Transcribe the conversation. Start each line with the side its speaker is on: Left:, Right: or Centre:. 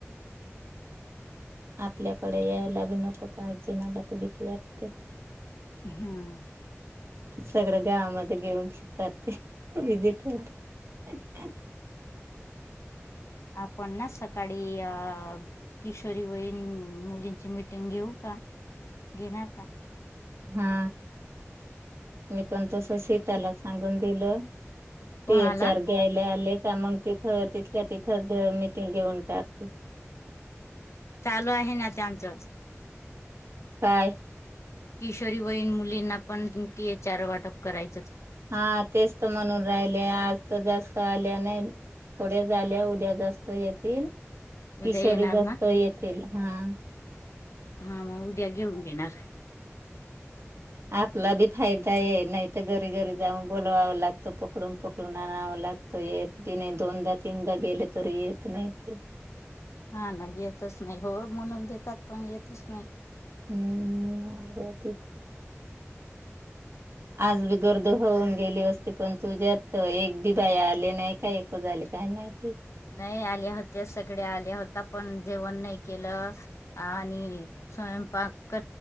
Right: आपल्याकडे यायला ब नको पाहिजे मला तू भीती वाटते.
Left: हम् हा.
Right: सगळं गावामध्ये घेऊन शिकात ते विजिट <inaudible>
Left: आपण ना सकाळी अ किशोरी वयन मुलींची मिटिंग घेऊ का घेणार का?
Right: हा. पण तस सीताला सांगून दिलं
Left: कोणाला?
Right: ते चार घ्यायला आले का मग ते तिथल्या तिथंच मिटिंग घेऊन टत
Left: चालू आहे ना ते आमचं.
Right: काय?
Left: किशोरी वयीन मुलींना पण ती चार वाटप कराय
Right: हा तेस्त म्हणून राहिले आज तर जास्त आल्या नाही थोड्या झाल्या उद्या जास्त येतील.
Left: उद्या
Right: किशोरी
Left: येणार
Right: जास्त
Left: ना?
Right: येतील, हा.
Left: हा मग उद्या घेऊन देेणार.
Right: आपला बी फायदा आहे नाही तर घरी घरी जाऊन बोलवाव लागतो पकडून पकडून आणवां लागतो एक दि नाही दोनदा तीनदा गेले तोरी येत नाही ते.
Left: हा ना येतच नाही होय म्हणून देतात पण येतच नाही.
Right: हम्म <unintelligible> आज बी गर्द होऊन गेली असती पण तुझ्यात एक बी बाई आले नाही का एकच झाले काही नाही च
Left: नाही आल्या होत्या सगळ्या आल्या होत्या पण जेवण नाही केलं आणि स्वयंपाक प